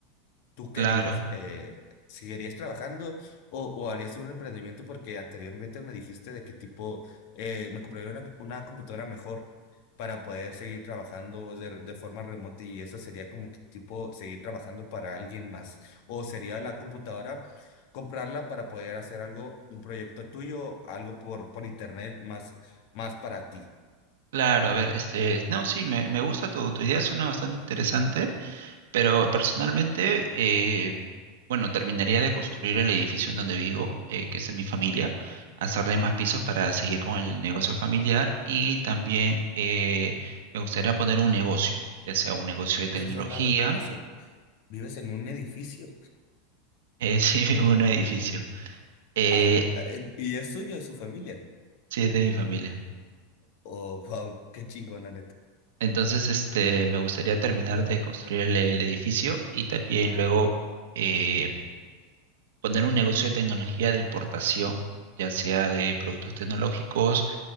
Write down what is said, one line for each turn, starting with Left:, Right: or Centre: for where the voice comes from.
Left: ¿Tú querías,
Right: Claro,
Left: eh, seguirías trabajando o, o harías un emprendimiento? Porque anteriormente me dijiste de qué tipo, eh, me compraría una, una computadora mejor para poder seguir trabajando de, de forma remota y eso sería como que tipo seguir trabajando para alguien más. O sería la computadora, comprarla para poder hacer algo, un proyecto tuyo, algo por, por internet más, más para ti.
Right: claro, a ver, este, no, sí, me, me gusta tu, tu idea, suena bastante interesante. Pero personalmente, eh, bueno, terminaría de construir el edificio en donde vivo, eh, que es de mi familia, hacerle más pisos para seguir con el negocio familiar y también eh, me gustaría poner un negocio, ya sea un negocio de tecnología,
Left: Perdona, Gra- Graciel, vives en un edificio
Right: eh, <laughs> sí, un edificio, eh,
Left: Al- en- y es suyo, es su familia.
Right: sí, es de mi familia.
Left: Oh, wow, qué chingón, la neta.
Right: Entonces, este, me gustaría terminar de construir el, el edificio y también luego... eh, poner un negocio de tecnología de importación, ya sea de productos tecnológicos,